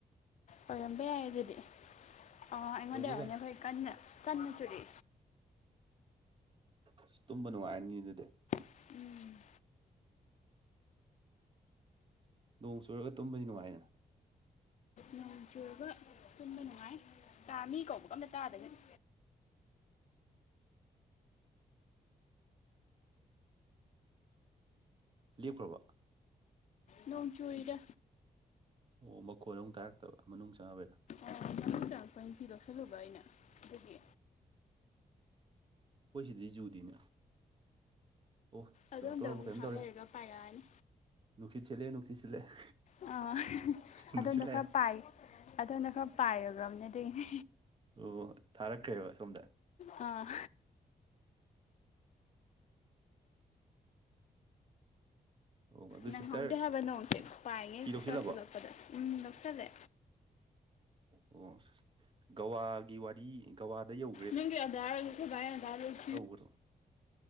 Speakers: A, on the left; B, on the right.
A: ꯑꯣꯏꯔꯝꯕ ꯌꯥꯏ ꯑꯗꯨꯗꯤ ꯑ ꯑꯩꯉꯣꯟꯗꯩ
B: ꯆꯨꯔꯛꯄꯁꯨ
A: ꯑꫭꯏꯔꯝꯅꯤ
B: ꯌꯥꯏ
A: ꯑꯩꯈꯣꯏ ꯀꯟꯅ ꯀꯟꯅ ꯆꯨꯔꯤ꯫
B: ꯑꯁ ꯇꯨꯝꯕ ꯅꯨꯡꯉꯥꯏꯔꯅꯤ ꯑꯗꯨꯗꯤ꯫
A: ꯎꯝ꯫
B: ꯅꯣꯡ ꯆꯨꯔꯒ ꯇꯨꯝꯕꯗꯤ ꯅꯨꯡꯉꯥꯏꯅ꯫
A: ꯅꯣꯡ ꯆꯨꯔꯒ ꯇꯨꯝꯕ ꯅꯨꯡꯉꯥꯏ ꯇꯥ ꯃꯤ ꯀꯧꯕꯀ ꯑꯝꯇ ꯇꯥꯗꯒꯩ꯫
B: ꯂꯦꯞꯈ꯭ꯔꯕꫭ꯫
A: ꯅꯣꯡ ꯆꯨꯔꯤꯗ꯫
B: ꯑꯣ ꯃꯈꯣꯟ ꯑꯃꯨꯛ ꯇꯥꯔꯛꯇꯕ ꯃꯅꯨꯡ ꯆꯪꯉꯕꯩꯔꯥ꯫
A: ꯑꯣ ꯃꯅꯨꯡ ꯆꯪꯉꯛꯄꯩ ꯐꯤ ꯂꯧꯁꯜꯂꯨꯕ ꯑꯩꯅ ꯑꯗꯨꯒꯤ꯫
B: ꯈꯣꯏ ꯁꯤꯗꯗꯤ ꯆꯨꯗꯦꯅꯦ꯫ ꯑꯣ ꯆꯨꯔꯛꯇꯧꯔꯕ
A: ꯑꯗꯣꯝꯗ ꯑꯃꯨꯛ
B: ꯀꯩꯅꯣꯝ
A: ꯉꯍꯥꯛ
B: ꯇꯧꯔꯦ
A: ꯂꯩꯔꯒ ꯄꯥꯏꯔꯛꯑꯅꯤ꯫
B: ꯅꯨꯡꯁꯤꯠ ꯁꯤꯠꯂꯛꯑꯦ ꯅꯨꯡꯁꯤꯠ ꯁꯤꯠꯂꯛꯑꯦ
A: ꯑ ꯍꯍ
B: ꯅꯨꯡꯁꯤꯠ
A: ꯑꯗꯣꯝꯗ
B: ꯂꯥꯛꯑꯦ
A: ꯈꯔ ꯄꯥꯏ ꯑꯗꫭꯝꯗ ꯈꯔ ꯄꯥꯏꯈ꯭ꯔꯕꯅꯦ ꯑꯗꯨꯒꯤꯅꯦ꯫
B: ꯑꯣ ꯊꯥꯔꯛꯈ꯭ꯔꯦꯕ ꯁꯣꯝꯗ꯫
A: ꯑ꯫
B: ꯑꯣ ꯑꯗꯨ
A: ꯅꯪꯍꯧꯗꯦ
B: ꯁꯤꯁꯇꯔ
A: ꯍꯥꯏꯕ ꯅꯣꯡꯁꯦ ꯄꯥꯏꯉꯩ
B: ꯐꯤ ꯂꯧꯁꯤꯜꯂꯕꯣ
A: ꯇꯥꯁꯤꯜꯂꯛꯄꯗ ꯎꯝ ꯂꯧꯁꯜꯂꯦ꯫
B: ꯑꯣ ꯁꯁ ꯒꯋꯥꯒꯤ ꯋꯥꯔꯤ ꯒꯋꯥꯗ ꯌꯧ
A: ꯅꯪꯒꯤ ꯑꯗꯥꯥꯔꯒ ꯈꯣꯏ ꯚꯥꯒꯤ ꯑꯗꯥꯥꯔ ꯂꯣꯏ꯫
B: ꯇꯧꯕꯅꯣ